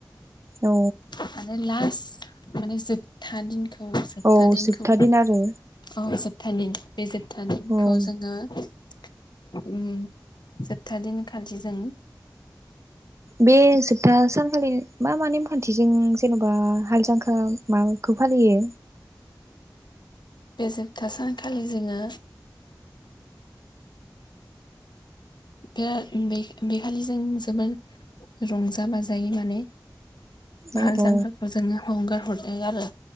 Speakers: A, on the right (about 40°); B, on the left (about 75°).
A: औ
B: माने लास माने जोबथा दिन, थौ जोब्था
A: औ
B: दिनखौ
A: जोबथा दिन आरो
B: औ जोब थानि बे जोबथा दिनखौ
A: औ
B: जोङो उम जोबथा दिन खालि जों,
A: बे जोबथा सान फालि मा माने फान खाथिजों जेनबा हाल जांख्रा माखौ फालियो?
B: बे जोबथा सानखालि जोङो, बे बे बि खालि जों जोबोर रंजा बाजायै माने,
A: औ
B: हाल
A: औ
B: जांख्राखौ जोङो हगार हरो आरो।